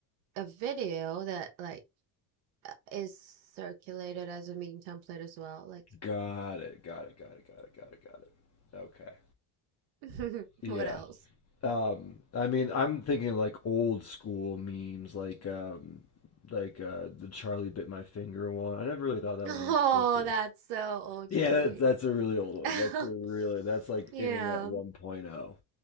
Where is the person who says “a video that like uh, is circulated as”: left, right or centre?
Right